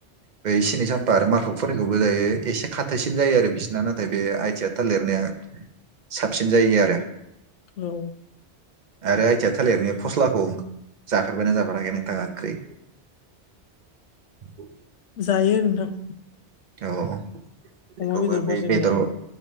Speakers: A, on the right (about 45°); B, on the left (about 85°).
A: बैसेनि साम्फा आरो मार्कफोरनिखौबो जायो एसे खाथोसिन जायो आरो बिसिना नाथाय बे आइथिया थालिरनाया साबसिन जायो आरो
B: औ
A: आरो आयथिया थालिर फस्लाखौ जाफेरबायना जाफाराखै नोंथाङा ओंख्रि <unintelligible>
B: जायो नोंथां
A: औ बेखौबो
B: अमा बेदरफोरजों
A: बै बेदर
B: जायो